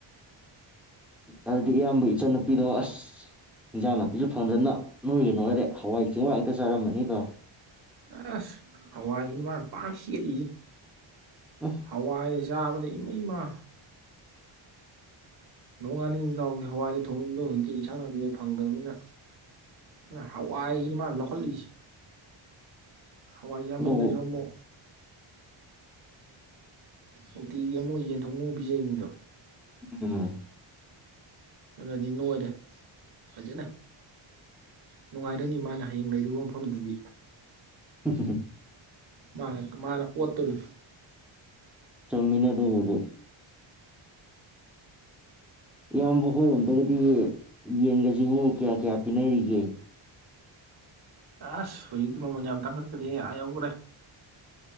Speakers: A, in the centre; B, on the right (about 50°).
A: ꯑꯗꯨꯗꯤ ꯏꯌꯥꯝꯕ ꯏꯆꯟꯅꯨꯄꯤꯗꯣ ꯑꯁ ꯏꯟꯖꯥꯡ ꯅꯥꯄꯤꯁꯨ ꯐꯪꯗꯃꯤꯅ ꯅꯣꯏꯒ ꯅꯣꯏꯔꯦ ꯍꯋꯥꯏ ꯆꯦꯡꯋꯥꯏ ꯍꯦꯛꯇ ꯆꯥꯔꯝꯃꯅꯤꯗꯣ
B: ꯑꯦꯁ ꯍꯋꯥꯏꯁꯤꯅꯤ ꯃꯥꯅ ꯄꯥꯝꯅꯥ ꯁꯦꯠꯂꯤꯖꯤ
A: ꯎꯝ
B: ꯍꯋꯥꯏ ꯌꯥꯥꯕꯗ ꯏꯃꯩ ꯏꯃꯥ ꯅꯣꯡꯉꯥꯟꯅꯤꯡ ꯢꯇꯥꯎꯗꯤ ꯍꯋꯥꯏꯗ ꯊꯣꯛꯏꯕꯗꯣ ꯍꯧꯖꯤꯛꯇꯤ ꯏꯟꯁꯥꯡ ꯅꯥꯄꯤ ꯐꯪꯗ꯭ꯔꯕꯅꯤꯅ ꯑ ꯍꯥꯎ ꯋꯥꯥꯏꯁꯤꯖꯨ ꯃꯥ ꯂꯧꯍꯜꯂꯤꯁꯤ ꯍꯋꯥꯏ ꯌꯥꯝꯃꯜꯂꯁꯨ
A: ꯑꯗꯨꯕꯨ
B: ꯃꯣ ꯅꯨꯡꯇꯤꯒꯤ ꯑꯃꯨꯛ ꯌꯦꯟꯊꯣꯡꯕ ꯑꯃꯨꯛ ꯄꯤꯖꯩꯅꯤꯗꯣ
A: ꯎꯝ
B: ꯑꯗꯨꯅꯗꯤ ꯅꯣꯏꯔꯦ ꯐꯖꯅ ꯅꯨꯡꯉꯥꯏꯔꯅꯤ ꯃꯥꯅ ꯍꯌꯦꯡ ꯂꯩꯔꯨꯕ ꯃꯐꯝꯗꯨꯗꯤ
A: ꯍꯨ ꯍꯨ ꯍꯨ
B: ꯃꯥꯅ ꯃꯥꯅ ꯑꯣꯠꯇꯣꯔꯤ
A: ꯆꯨꯝꯃꯤꯅꯦ ꯑꯗꯨꯕꯨꯗꯤ ꯏꯌꯥꯝꯕ ꯍꯣꯏꯔꯣꯝꯗꯒꯗꯤ ꯌꯦꯟꯒꯁꯦ ꯁꯤꯕꯨ ꯀꯌꯥ ꯀꯌꯥ ꯄꯤꯅꯔꯤꯒꯦ ꯎ
B: ꯑꯁ ꯍꯧꯖꯤꯛ ꯃꯃꯜ ꯌꯥꯝ ꯇꯥꯡꯈꯠꯄꯅꯤ ꯑꯥ ꯌꯧꯈꯔꯦ